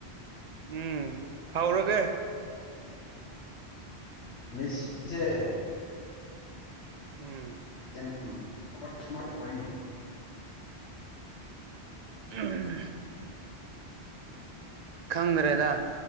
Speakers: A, on the right; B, on the left.
A: ꯎꯝ ꯍꯥꯎꯔꯒꯦ
B: ꯃꯁꯤꯁ
A: ꯎꯝ
B: ꯎꯝ ꯑꯋꯥꯔꯁꯃ ꯑꯣꯏꯅꯤ
A: ꯎꯝ ꯈꯪꯗ꯭ꯔꯦꯗ